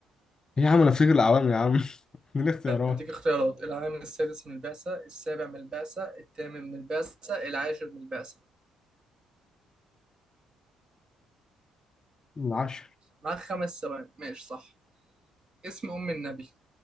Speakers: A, on the left; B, on the right.
A: ايه يا عم انا فاكر العوام يا عم <laughs> من الاختيارات
B: هديك اختيارات العام السادس من البعثة السابع من البعثة الثامن من البعثة العاشر من البعثة
A: العشر
B: معاك خمس ثواني ماشي صح اسم أم النبي